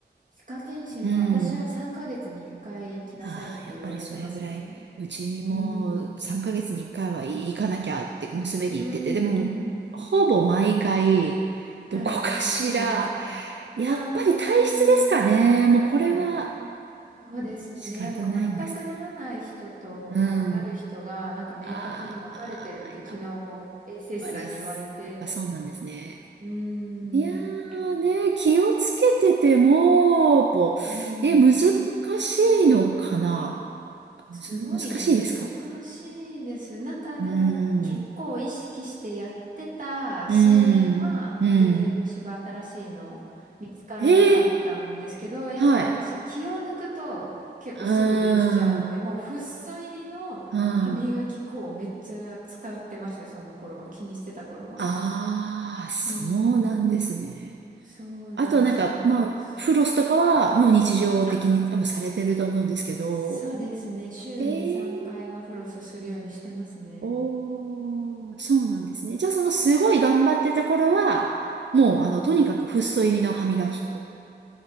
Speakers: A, on the right; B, on the right.
A: 歯科検診は私は3ヶ月に1回来なさいって言われてますね。
B: うん。ああ、やっぱりそれぐらい、うちも3ヶ月に1回は行かなきゃって娘に言ってて、
A: うん。うー
B: でも、
A: ん。
B: ほぼ毎回、どこかしら、
A: はい。見つかりますか
B: やっぱり体質ですかね。
A: うーん。
B: もうこれは
A: あ、そうですね。
B: 仕方ないんですかね。
A: やっぱ全くならない人と、
B: うん。
A: まあ、なる人が、なんか明確に分かれてるって昨日も衛生士さんに言われて、
B: ああ、やっぱりす、やっぱそうなんですね。
A: うーん。
B: いや
A: う
B: ーね、気をつけてても、ぼえ、
A: ん。
B: 難しいのかな
A: え
B: むず、
A: すごい難しいです。
B: 難しいですか
A: なんかでも結構意識してやってた数年は全然虫歯新しいの見つからなかったんですけど、
B: うーん。うーん、うん。ええ、
A: やっぱ私気を抜くと結構すぐできちゃうんで、
B: はい。うーん、
A: もうフッ素入りの歯磨き粉をめっちゃ使ってました、
B: うん。
A: その頃は。気にしてた頃は。
B: ああ、そうなんですね。
A: うん。そうです、
B: あとなんか、
A: そうです。
B: まあ、フロスとかは、の日常的に多分されてると思うんですけど、
A: あ、そうですね。週に3回はフロスするようにしてますね。
B: ええ、おー、そうなんですね。じゃあそのすごい頑張ってた頃は、
A: そう。
B: もうあの、
A: うん。
B: とにかくフッ素入りの歯磨き粉。